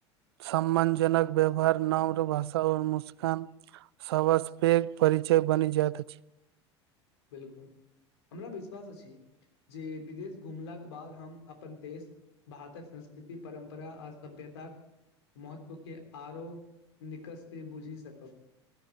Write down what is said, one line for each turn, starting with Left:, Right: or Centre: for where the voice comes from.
Right: समान जनक व्यवहार नामर भाषा ओ मुस्कान सभसँ पैघ परिचय बनि जायइत अछि
Left: बिल्कूल हमरा विश्वास अछि जे विदेश घुमला के बाद हम अपन देश भारतक संस्कृति परम्परा आर सभ्यता। महत्व के आरो निकटसँ बुझि सकब।